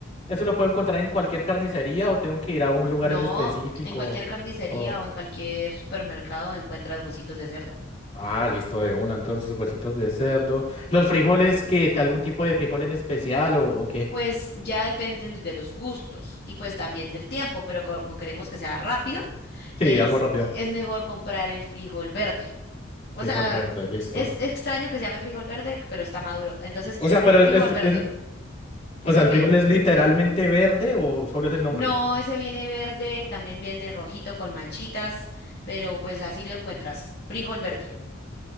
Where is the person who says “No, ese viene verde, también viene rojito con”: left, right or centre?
Left